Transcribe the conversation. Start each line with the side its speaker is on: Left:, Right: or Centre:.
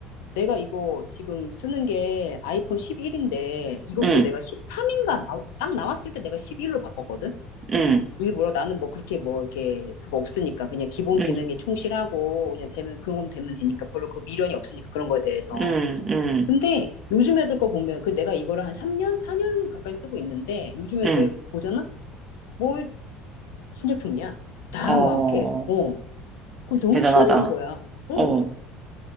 Left: 내가 이거 지금 쓰는 게 아이폰 11인데 이것도
Right: 응
Left: 내가 13인가 딱 나왔을 때 내가 11로 바꿨거든?
Right: 응
Left: 일부러 나는 뭐 그렇게 뭐 이렇게 그거 없으니까 그냥 기본
Right: 응
Left: 기능에 충실하고 그냥 되면 그런 건 되면 되니까 별로 그 미련이 없으니까 그런 거에 대해서.
Right: 응 응
Left: 근데 요즘 애들 거 보면 그 내가 이거를 한 3년, 4년 가까이 쓰고 있는데 요즘 애들
Right: 응
Left: 보잖아? 뭘 신제품이야. 다
Right: 어,
Left: 막 이렇게. 어. 그거 너무
Right: 대단하다.
Left: 희한한 거야. 어.
Right: 어,